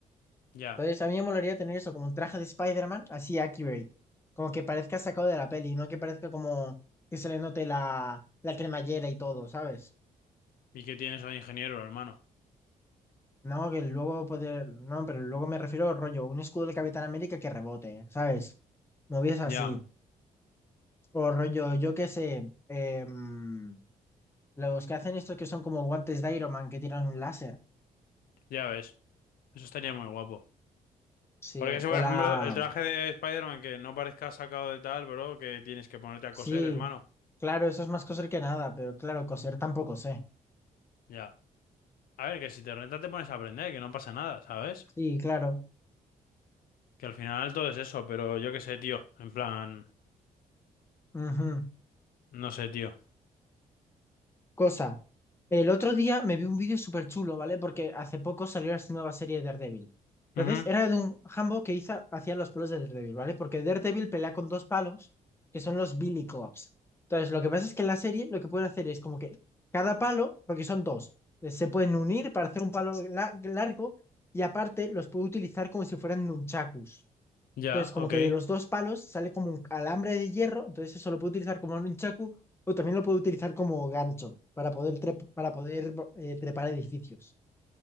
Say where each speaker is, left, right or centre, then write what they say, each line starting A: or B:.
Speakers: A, on the left; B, on the left.
A: Ya.
B: Entonces, a mí me molaría tener eso, como un traje de Spider-Man, así accurate. Como que parezca sacado de la peli, no que parezca como que se le note la, la cremallera y todo, ¿sabes?
A: ¿Y qué tienes hoy, ingeniero, hermano?
B: No, que luego poder. No, pero luego me refiero rollo, un escudo del Capitán América que rebote, ¿sabes? Movies así.
A: Ya.
B: O rollo, yo qué sé. em, los que hacen esto que son como guantes de Iron Man que tiran un láser.
A: Ya ves. Eso estaría muy guapo.
B: Sí,
A: Porque si,
B: o
A: por
B: la.
A: ejemplo, el traje de Spider-Man que no parezca sacado de tal, bro, que tienes que ponerte a
B: Sí,
A: coser, hermano.
B: claro, eso es más coser que nada, pero claro, coser tampoco sé.
A: Ya. A ver, que si te renta te pones a aprender, que no pasa nada, ¿sabes?
B: Sí, claro.
A: Que al final todo es eso, pero yo qué sé, tío. En plan,
B: Ujú.
A: no sé, tío.
B: Cosa, el otro día me vi un vídeo súper chulo, ¿vale? Porque hace poco salió esta nueva serie de Daredevil. Entonces,
A: Ujú.
B: era de un jambo que hizo, hacía los palos de Daredevil, ¿vale? Porque Daredevil pelea con dos palos, que son los Billy Clubs. Entonces, lo que pasa es que en la serie lo que pueden hacer es como que cada palo, porque son dos, eh, se pueden unir para hacer un palo la- largo y aparte los puede utilizar como si fueran nunchakus.
A: Ya,
B: Entonces, como
A: ok.
B: que de los dos palos sale como un alambre de hierro, entonces eso lo puede utilizar como un chaku o también lo puede utilizar como gancho para poder, trep- para poder eh, trepar edificios.